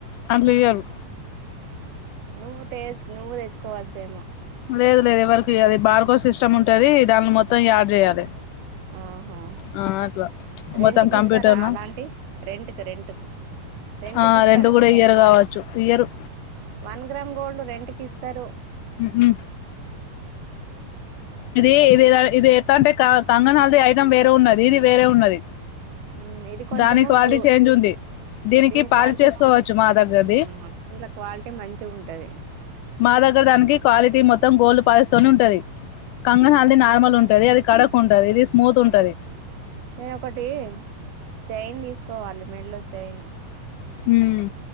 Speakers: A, on the left; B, on the right.
A: అట్ల ఇయరు
B: నువ్వు తే నువ్వు తెచ్చుకోవచ్చ ఏమో
A: లేదు లేదు ఎవరికి ఇయ్యారు బార్ కోడ్ సిస్టమ్ ఉంటది దానిని మొత్తం యాడ్ చేయాలి
B: ఆహా
A: ఆ అట్లా
B: రెంట్కి
A: మొత్తం కంప్యూటర్ను
B: ఇస్తారా అలాంటి రెంట్కి రెంట్కు రెంట్
A: ఆ
B: కి ఇస్తారా
A: రెండు కూడా
B: మీరు
A: ఇయ్యరు కావచ్చు ఇయ్యరు
B: వన్ గ్రామ్ గోల్డ్ రెంట్ కి ఇస్తారు
A: హ్మ్మ్ ఇది ఇది ఇది ఎంత అంటే కంగనా హల్ది ఐటం వేరే ఉన్నది ఇది వేరే ఉన్నది
B: ఉమ్, ఇది కొంచెము
A: దాని క్వాలిటీ
B: ప్యూ
A: చేంజ్ ఉంది దీనికి
B: దీని
A: పాలు
B: క్వాలిటీ
A: చేసుకోవచ్చు మా దగ్గరది
B: మ్మ్ దీంట్లో క్వాలిటీ మంచిగా ఉంటది
A: మా దగ్గర దానికి క్వాలిటీ మొత్తం గోల్డ్ పాలిష్ ఉంటుది కంగనాలుది
B: మ్మ్
A: నార్మల్ ఉంటుంది ఉంటది అది కడక్ ఉంటది ఇది స్మూత్ ఉంటది
B: నేను ఒకటి చైన్ తీసుకోవాలి మెడలొ చైను
A: హ్మ్